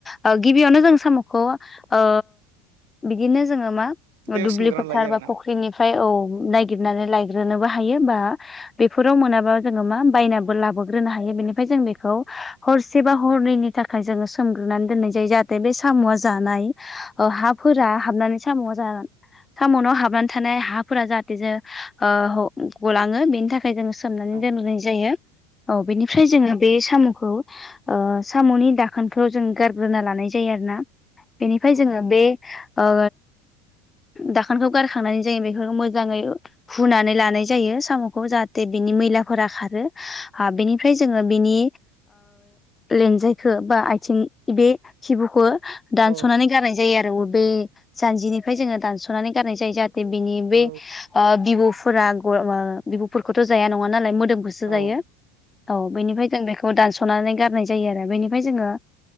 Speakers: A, on the left (about 15°); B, on the right (about 80°).
A: ओ गिबियावनो जों साम'खौ ओ बिदिनो जोङो मा
B: दैयाव
A: दुब्लि
B: सोमग्रोना
A: फोथार
B: लायो आरोना
A: बा फुख्रिनिफ्राय औ नायगिरनानै लायग्रोनोबो हायो बा बेफोराव मोनाबा जोङो मा बायनो लाबोग्रोनो हायो बेनिफ्राय जों बेखौ हरसे बा हरनैनि थाखाय जोङो सोमग्रोनानै दोननाय जायो जाहाथे बे साम'आ जानाय हाफोरा हाबनानै साम'आ जा साम'नाव हाबनानै थानाय हाफोरा जाहाथे जे ओ गलाङो बेनि थाखाय जोङो सोमनानै
B: औ
A: दोननाय जायो औ बेनिफ्राय जोङो बे साम'खौ ओ साम'नि दाखोनफ्राव जों गारग्रोना लानाय जायो आरो ना बेनिफ्राय जों जोङो बे ओ दाखोनखौ गारखांनानै जायो बेखौ मोजाङै हुनानै लानाय जायो जायो साम'खौ जाहाथे बिनि मैलाफोरा खारो बेनिफ्राय जोङो बिनि लानजायखौ बा आथिं बे खिबुखौ दानस'नानै
B: औ
A: गारनाय जायो आरो बबे जानजिनिफ्राय जोङो दानस'नानै गारनाय जायो आरो बिनि बे
B: औ
A: बिबुफोरा बिबुफोरखौथ' ओ जाया नङा नालाय मोदोम सो
B: औ
A: जायो
B: औ
A: औ बेनिफ्राय जों बेखौ दानस'नानै गारनाय जायो आरो बेनिफ्राय जोङो